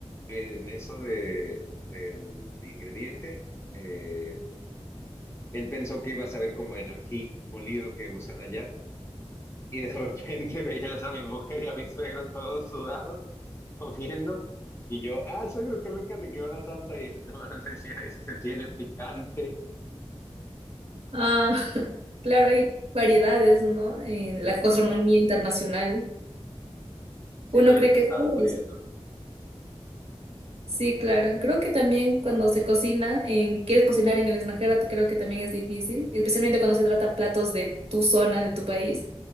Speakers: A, on the left; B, on the right.
A: en eso de, del ingrediente, eh, él pensó que iba a saber como el ají molido que usan allá. Y de repente <laughs> veías a mi mujer y a mi suegro todos sudados, comiendo. Y yo, ah, suegro, qué rica te quedó la salsa. Y <laughs> nomás decía, es que tiene picante.
B: Ah, <laughs> claro, hay variedades, ¿no? En
A: Ujú.
B: la gastronomía internacional.
A: Sí,
B: Uno
A: no, ellos
B: cree
A: estaban
B: que sabe
A: muriendo.
B: eso. Sí, claro. Creo que también cuando se cocina, en, quieres cocinar en el extranjero, creo que también es difícil, especialmente cuando se trata platos de tu zona, de tu país,